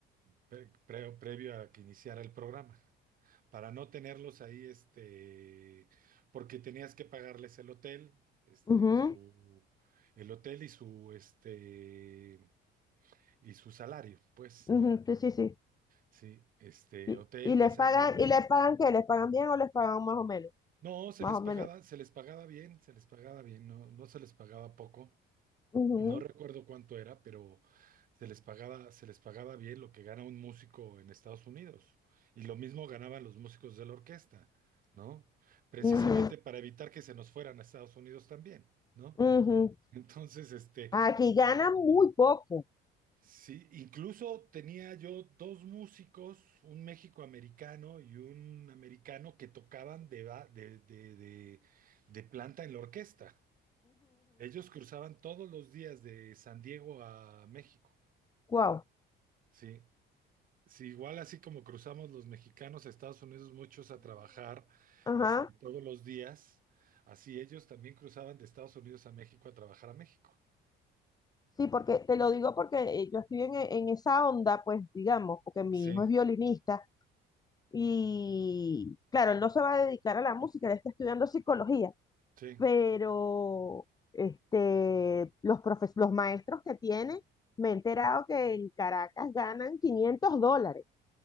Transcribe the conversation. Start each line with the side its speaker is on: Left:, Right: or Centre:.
Right: pre- pre- previo a que iniciara el programa, para no tenerlos ahí, este, porque tenías que pagarles el hotel, este,
Left: ujú,
Right: su, el hotel y su, este, y su salario, pues,
Left: ujú,
Right: ¿no?
Left: Sí, sí, sí.
Right: Sí, este,
Left: Y,
Right: hotel,
Left: y les
Right: desayuno.
Left: pagan, ¿y les pagan qué? ¿Les pagan bien o les pagan más o menos?
Right: No, se
Left: Más
Right: les
Left: o
Right: pagaba,
Left: menos.
Right: se les pagaba bien, se les pagaba bien, no, no se les pagaba poco.
Left: Ujú,
Right: No recuerdo cuánto era, pero se les pagaba, se les pagaba bien lo que gana un músico en Estados Unidos. Y lo mismo ganaban los músicos de la orquesta, ¿no? Precisamente
Left: ujú,
Right: para evitar que se nos fueran a Estados Unidos también, ¿no?
Left: ujú.
Right: <laughs> Entonces, este,
Left: Aquí
Right: y
Left: ganan muy poco.
Right: Sí, incluso tenía yo dos músicos, un méxico-americano y un americano que tocaban de, ba- de, de, de, de planta en la orquesta. Ellos cruzaban todos los días de San Diego a México.
Left: Wow.
Right: Sí, sí, igual así como cruzamos los mexicanos a Estados Unidos muchos a trabajar
Left: Ajá.
Right: este, todos los días, así ellos también cruzaban de Estados Unidos a México a trabajar a México.
Left: Sí, porque te lo digo porque eh, yo estoy en, en esa onda, pues digamos, porque mi
Right: Sí,
Left: hijo es violinista y claro, él no se va a dedicar a la música, él está estudiando psicología.
Right: sí,
Left: pero este, los profes- los maestros que tienen me he enterado que en Caracas ganan 500 dólares.